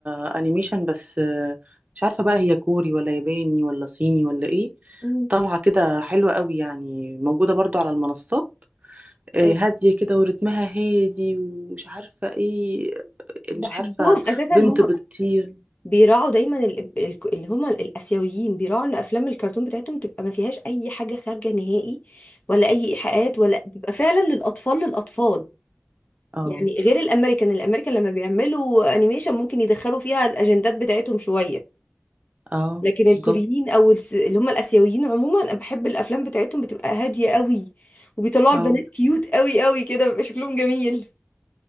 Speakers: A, on the right (about 40°); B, on the left (about 40°).
A: أنيميشن بس آه، مش عارفة بقى هي كوري ولا ياباني ولا صيني ولا إيه
B: امم
A: طالعة كده حلوة قوي يعني موجودة برضو على المنصات آه،
B: ايوه
A: هادية كده ورتمها هادي ومش عارفة إيه
B: بحبهم
A: مش عارفة
B: اساسا
A: بنت
B: هم
A: بتطير
B: بيراعوا دايما ال... ال... اللي هم الاسيويين بيراعوا ان افلام الكرتون بتاعتهم تبقى ما فيهاش اي حاجه خارجه نهائي ولا اي ايحاءات ولا بيبقى فعلا للاطفال للاطفال
A: اه
B: يعني غير الامريكان الامريكان لما بيعملوا انيميشن ممكن يدخلوا فيها الاجندات بتاعتهم شويه
A: اه
B: لكن الكوريين
A: بالظبط
B: او الس- اللي هم الاسيويين عموما انا بحب الافلام بتاعتهم بتبقى هاديه قوي وبيطلعوا
A: اه
B: البنات كيوت قوي قوي كده بيبقى شكلهم جميل